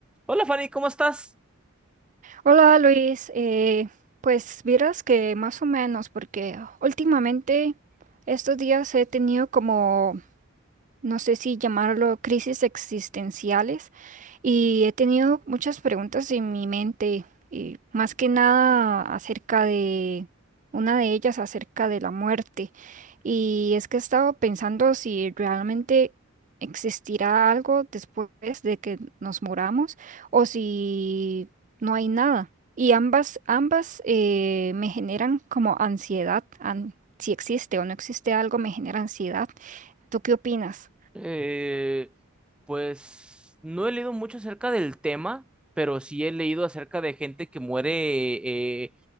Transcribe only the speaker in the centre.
Hola Fanny, ¿cómo estás?
Eh, pues no he leído mucho acerca del tema, pero sí he leído acerca de gente que muere, eh,